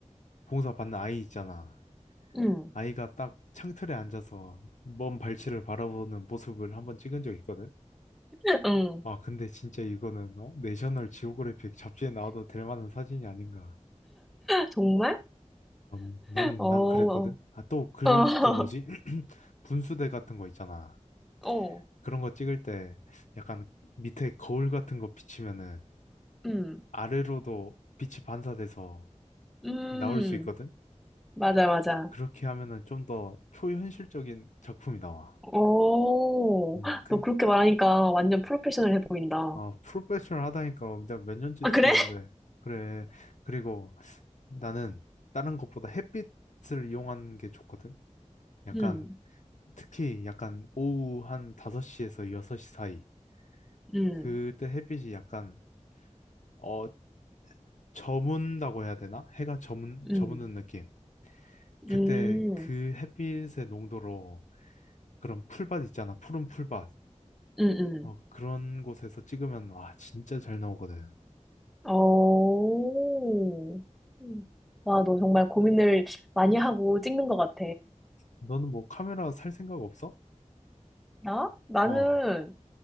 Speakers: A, on the left (about 75°); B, in the centre.
A: 봉사 받는 아이 있잖아.
B: 응,
A: 아이가 딱 창틀에 앉아서 먼 발치를 바라보는 모습을 한번 찍은 적이 있거든.
B: <laughs> 응.
A: 와, 근데 진짜 이거는 어? 내셔널 지오그래픽 잡지에 나와도 될 만한 사진이 아닌가.
B: 정말?
A: 어, 난,
B: 어,
A: 난 그랬거든. 아, 또 그,
B: 어, <laughs>
A: 그 뭐지? <clears throat> 분수대 같은 거 있잖아.
B: 어,
A: 그런 거 찍을 때 약간 밑에 거울 같은 거 비치면은
B: 음,
A: 아래로도 빛이 반사돼서
B: 음,
A: 나올 수 있거든.
B: 맞아, 맞아.
A: 그렇게 하면은 좀 더 초현실적인 작품이 나와.
B: 오,
A: 음, 그,
B: 너 그렇게 말하니까 완전 프로페셔널해 보인다.
A: 아, 프로페셔널 하다니까 내가 몇 년째
B: 아,
A: 찍고
B: 그래?
A: 있는데. 그래. 그리고 나는 다른 것보다 햇빛을 이용하는 게 좋거든. 약간
B: 응,
A: 특히 약간 오후 한 5시에서 6시 사이.
B: 응,
A: 그때 햇빛이 약간 어 저문다고 해야 되나? 해가 저문
B: 응,
A: 저무는 느낌. 그때
B: 음
A: 그 햇빛의 농도로 그런 풀밭 있잖아. 푸른 풀밭.
B: 응, 응.
A: 어 그런 곳에서 찍으면 와 진짜 잘 나오거든.
B: 어. 음. 와, 너 정말 고민을 많이 하고 찍는 것 같아.
A: 너는 뭐 카메라 살 생각 없어?
B: 나? 나는,
A: 어.